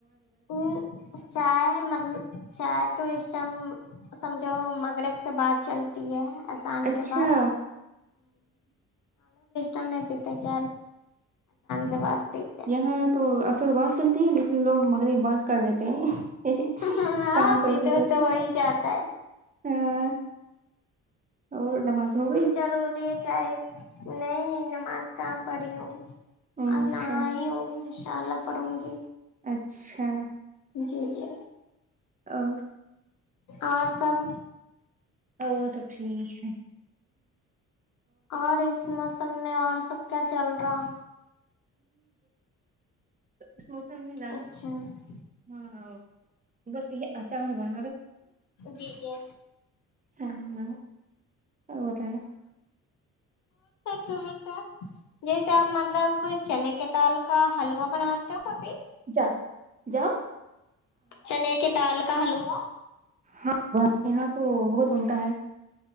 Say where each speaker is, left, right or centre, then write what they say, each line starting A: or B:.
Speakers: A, on the left; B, on the right.
A: ہ چائے مط چائے تو اس ٹائم سمجھو مغرب کے بعد چل اتی ہے آسان
B: اچھا
A: کے بعد ہگ پیتے کے بعد پیتے
B: یہاں تو سل بات چلتی ہے لیکن لوگ مگر یہ بات کر دیتے ہیں
A: ہاں
B: کام کرتے
A: پیتے
B: کرتے
A: تو ہو ہی جاتا
B: ہاں اور نماز ہو گئی
A: روری جائے نہیں نماز کہاں پڑھی ہوں
B: اچھا
A: آ ن چالا پڑوں گی
B: اچھا
A: جی جی
B: ا <inaudible>
A: اور سب
B: وہ سب ٹھیک ہے
A: اور ریسمس سب میں اور سب کیا چل رہا
B: تو اس موسم میں زیادہ
A: اچھا
B: سے کچھ ہاں بس یہ اچ چار ب بول
A: جی جی
B: ہ اور بتائ
A: تو ہے جیسے آپ مطلب چنے کی دال کا حلوا بناتے ہو کبھی
B: جاؤ جاؤ
A: چنے کی دال کہلو وہ
B: ہاں یہاں تو بہت بنتا ہے